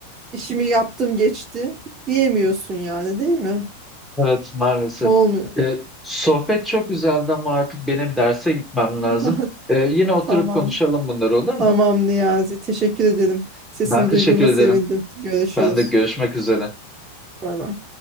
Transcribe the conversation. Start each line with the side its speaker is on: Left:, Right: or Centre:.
Right: işimi yaptım geçti diyemiyorsun yani değil mi?
Centre: Evet maalesef.
Right: Olmuyor.
Centre: Ee, sohbet çok güzeldi ama artık benim derse gitmem
Right: <laughs>
Centre: lazım. Ee, yine oturup
Right: Tamam.
Centre: konuşalım bunları olur
Right: Tamam
Centre: mu?
Right: Niyazi. Teşekkür ederim. Sesini
Centre: Ben teşekkür
Right: duyduğuma
Centre: ederim.
Right: sevindim. Görüşürüz.
Centre: Ben de görüşmek üzere.
Right: Bay bay.